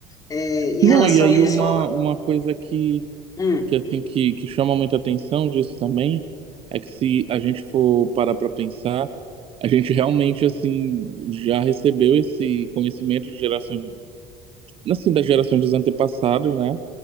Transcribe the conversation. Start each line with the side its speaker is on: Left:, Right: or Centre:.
Left: Eh, em
Right: Não,
Left: relação
Right: e aí
Left: à É. maniçoba...
Right: uma, uma coisa que,
Left: Hum.
Right: que assim que, que chama muita atenção disso também é que se a gente for parar para pensar, a gente realmente assim já recebeu esse conhecimento de geração assim, das gerações dos antepassados, né?